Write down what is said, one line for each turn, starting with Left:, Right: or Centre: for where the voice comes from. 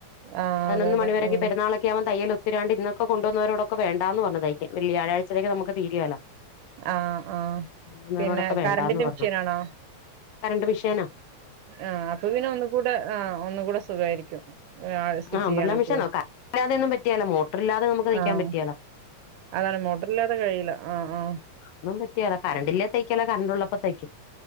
Right: ആഹ്
Left: പതിനൊന്ന്
Right: അതെ അതെ
Left: മണി വരക്ക്
Right: ഉം
Left: പെരുന്നാളൊക്കെ ആകുമ്പം തയ്യൽ ഒത്തിരാണ്ട് ഇന്നൊക്കെ കൊണ്ടുവന്നവരോടൊക്കെ വേണ്ട എന്ന് പറഞ്ഞു <unintelligible> വയ്യാഴാഴിച്ചത്തേക്ക് നമക്ക് തീരയാല്ലോ
Right: ആഹ് ആഹ്
Left: ആന്നേരോടൊക്കെ
Right: പിന്നെ
Left: വേണ്ടന്ന്
Right: കറണ്ടിന്റെ
Left: പറഞ്ഞു
Right: മിഷ്യനാണോ
Left: കരണ്ട് മിഷയന
Right: ആഹ അപ്പൊ പിന്നെ ഒന്ന കൂടെ ആഹ ഒന്ന കൂടെ സുഖായിരിക്കും ആഹ് സ്റ്റിച്ച്
Left: ആഹ അംബ്രല
Right: ചെയ്യാനൊക്കെ
Left: മെഷൻ നോക്കാം <unintelligible> കാതെ ഒന്നുംപറ്റിയല്ല മോട്ടറില്ലാതെ നമുക്ക് തയ്ക്കാൻ
Right: ആഹ്
Left: പറ്റിയാല
Right: അതാണ് മോട്ടറില്ലാതെ കഴിയില്ല ആഹ ആഹ്
Left: ഒന്നും പറ്റിയല്ല കറണ്ട്ല്ലേ തയ്ക്കല്ലോ കറണ്ട് ഉള്ളപ്പോ തയ്ക്കും